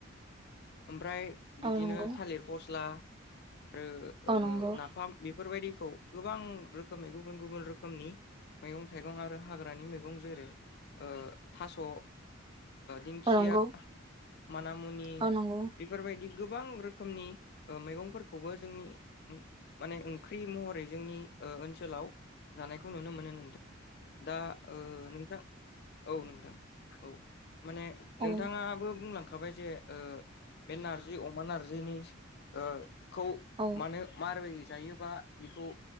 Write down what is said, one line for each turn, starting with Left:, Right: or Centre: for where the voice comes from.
Left: ओमफ्राय। बिदिनो
Right: औ नंगौ
Left: थालिर फस्ला ओ
Right: औ
Left: ओ
Right: नंगौ
Left: नाफाम बेफोर बेफोरबायदिखौ गोबां रोखोमै गुबुन गुबुन रोखोम। खोमनि मैगं थाइगं आरो हाग्रानि मैगं जेरै ओ थास' ओ दिंखिया।
Right: औ नंगौ
Left: मानिमुनि
Right: औ नंगौ
Left: बेफोरबायदि। गोबां रोखोमनि ओ- मैगंफोरखौबो जोंनि माने ओंख्रि महरै जोंनि ओ- ओनसोलाव जानायखौ नुनो मोनो नोंथां। दा ओ- नोंथां। औ नोंथां, औ। माने नोंथाङाबो।
Right: औ
Left: बुंलांखाबाय जे ओ- बे नारजि, अमा नारजिनि ओ। खौ
Right: औ
Left: मानो, मारै जायोबा बेखौ